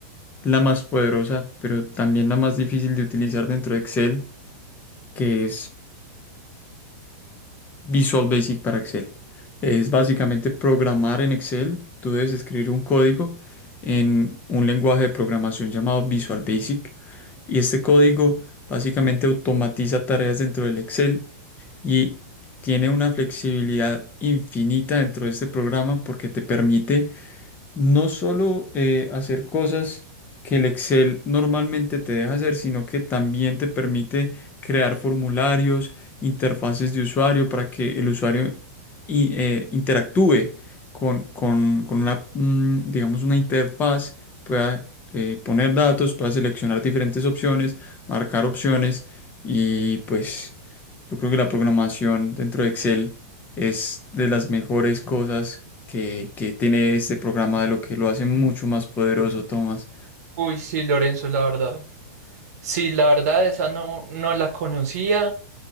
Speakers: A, on the left (about 20°); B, on the right (about 65°).
A: la más poderosa, pero también la más difícil de utilizar dentro de Excel, que es Visual Basic para Excel. Es básicamente programar en Excel. Tú debes escribir un código en un lenguaje de programación llamado Visual Basic y este código básicamente automatiza tareas dentro del Excel y tiene una flexibilidad infinita dentro de este programa porque te permite no solo eh, hacer cosas que el Excel normalmente te deja hacer, sino que también te permite crear formularios, interfaces de usuario para que el usuario i- eh, interactúe con, con- con una, mm, digamos, una interfaz, pueda eh, poner datos, pueda seleccionar diferentes opciones, marcar opciones y pues... Yo creo que la programación dentro de Excel es de las mejores cosas que, que tiene este programa, de lo que lo hace mucho más poderoso, Tomás.
B: Uy, sí, Lorenzo, la verdad. Sí, la verdad, esa no, no la conocía,